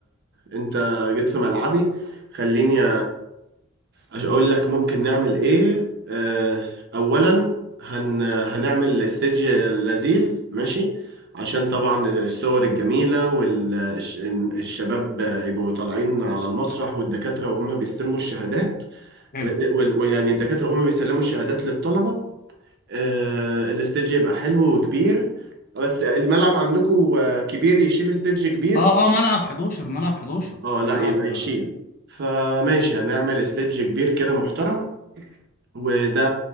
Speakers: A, on the right; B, on the left.
A: انت جيت في ملعبي خليني أش- اقول لك ممكن نعمل ايه اه اولا هن هنعمل استيدج لذيذ ماشي عشان طبعا الصور الجميلة والشباب يبقوا طالعين على المسرح والدكاترة وهم بيستلموا الشهادات
B: حلو
A: اه، آه، وال- ويعني الدكاترة وهم بيسلموا الشهادات للطلبة اه، الاستيدج يبقى حلو وكبير بس الملعب عندكم كبير يشيل استيدج كبير
B: اه اه ملعب 11 ملعب 11
A: اه لا
B: ملعب
A: يبقى يشيل
B: آه،
A: فماشي هنعمل استيدج كبير كده محترم وده